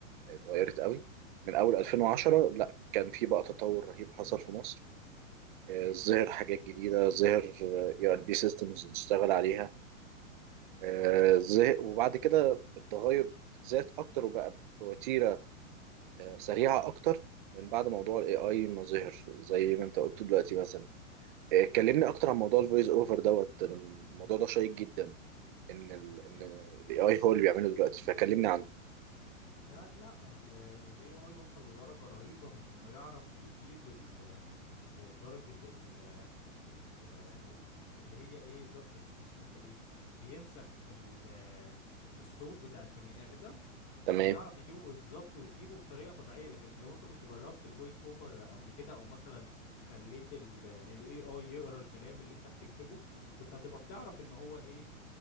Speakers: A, on the right; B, on the left.
A: اتغيرت قوي من اول 2010
B: مم.
A: لا كان في بقى تطور رهيب حصل في مصر آه،
B: مم.
A: ظهر حاجات جديدة ظهر اي ار بي سيستمز بتشتغل عليها آه، ظه- وبعد كده التغير زاد اكتر وبقى بوتيرة آه، سريعة اكتر من بعد موضوع الاي اي ما ظهر زي ما انت قلت دلوقتي مثلا اتكلمني اكتر عن موضوع الفويس اوفر دوت الموضوع ده شيق جدا ان ال ان الاي اي هو اللي بيعمله دلوقتي فكلمني عنه
B: لا لا الاي اي وصل لدرجه رهيبه من انه يعرف يجيب ال آه، درجة ال آه، اللي هي ايه د- اسمها ايه بينسخ ال- آه، الصوت بتاع البني آدم
A: تمام
B: ويعرف يجيبه بالظبط ويجيبه بطريقة طبيعية لكن لو انت كنت جربت الفويس اوفر قبل كده او مثلا خليت الاي اي يقرا الكلام اللي انت بتكتبه كنت هتبقى بتعرف ان هو ايه